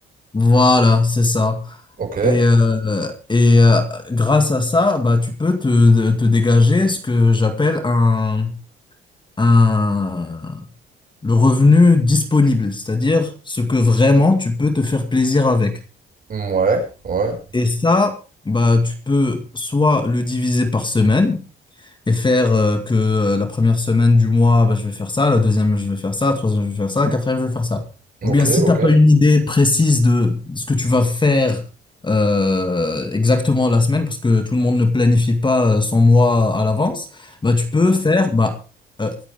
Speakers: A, on the left; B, on the right.
A: Voilà, c'est ça.
B: Ok,
A: Et, euh, et euh, grâce à ça, bah, tu peux te, te dégager ce que j'appelle un, un, le revenu disponible, c'est-à-dire ce que vraiment tu peux te faire plaisir avec.
B: ouais, ouais,
A: Et ça, bah, tu peux soit le diviser par semaine, et faire euh, que euh, la première semaine du mois, bah, je vais faire ça, la deuxième, je vais faire ça, la troisième, je vais faire ça, la quatrième, je vais faire ça. Ou
B: ok,
A: bien si
B: ok.
A: t'as pas une idée précise de ce que tu vas faire euh, exactement la semaine, parce que tout le monde ne planifie pas euh, son mois à l'avance, bah, tu peux faire bah, euh,